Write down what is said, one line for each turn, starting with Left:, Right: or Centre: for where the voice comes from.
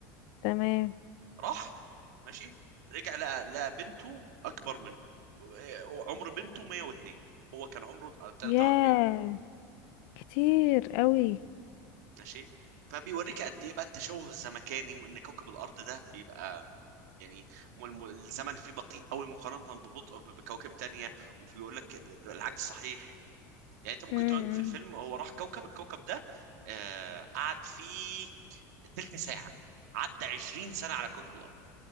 Left: تمام
Right: راح ماشي رجع لقى لقى بنته اكبر منه عمر بنته 102 هو كان عمره 43
Left: ياه كتير قوي
Right: ماشي فبيوريك قد ايه بقى التشوه الزمكاني وان كوكب الارض ده بيبقى يعني م- م- الزمن فيه بطيء قوي مقارنة ببطء ب- بكواكب تانية وبيقول لك ال- العكس صحيح يعني انت ممكن
Left: امم
Right: تقعد في الفيلم هو راح كوكب الكوكب ده آه قعد فيه تلت ساعة عدى 20 سنة على كوكب الارض